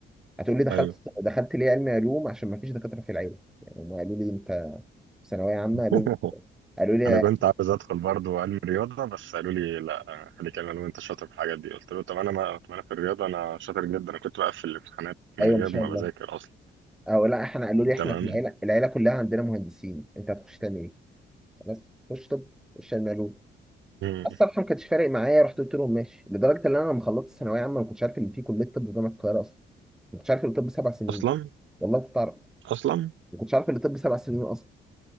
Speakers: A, in the centre; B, on the right.
A: هتقول لي دخلت
B: ايوه
A: دخلت ليه علمي علوم عشان ما فيش دكاتره في العيله يعني هم قالوا لي انت في ثانويه عامه
B: <laughs>
A: قالوا لي قالوا لي
B: انا كنت عاوز ادخل برضه علم رياضه بس قالوا لي لا خليك علم وانت شاطر في الحاجات دي قلت له طب انا ما طب انا في الرياضه انا شاطر جدا انا كنت بقفل الامتحانات من
A: ايوه
B: غير
A: ان شاء
B: ما
A: الله
B: بذاكر اصلا
A: او لا احنا قالوا لي
B: تمام
A: احنا في العيله العيله كلها عندنا مهندسين انت هتخش تعمل ايه بس خش طب خش علمي علوم
B: مم.
A: الصراحه ما كانش فارق معايا رحت قلت لهم ماشي لدرجه ان انا لما خلصت ثانويه عامه ما كنتش عارف ان في كليه طب جامعه القاهره اصلا ما كنتش عارف ان الطب سبع سنين
B: اصلا
A: والله كنت اعرف
B: اصلا
A: ما كنتش عارف ان الطب سبع سنين اصلا